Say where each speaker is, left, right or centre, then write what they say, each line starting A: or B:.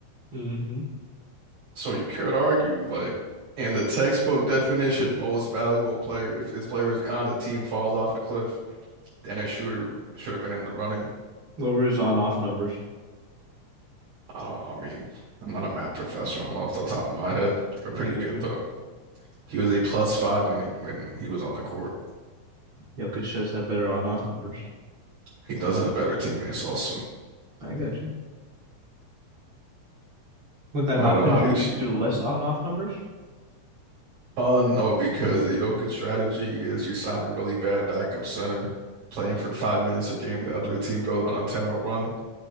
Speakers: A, on the right; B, on the right.
A: Mm-hmm.
B: So you could argue, like, in the textbook definition, most valuable player, if this player is gone, the team falls off a cliff, then a shooter should have been in the running.
A: What were his on-off numbers?
B: I don't, I mean, I'm not a math professor. I don't know off the top of my head. They're pretty
A: I got
B: good
A: you.
B: though. He was a plus five when he, when he was on the court.
A: Jokic does have better on-off numbers.
B: He does have better teammates also.
A: I got you. Would that
B: But
A: not
B: uh,
A: contribute
B: how do you see?
A: to less on-off numbers?
B: Uh, no, because the Jokic strategy is you sign a really bad backup center, playing for five minutes a game. The other team goes on a 10 oh run.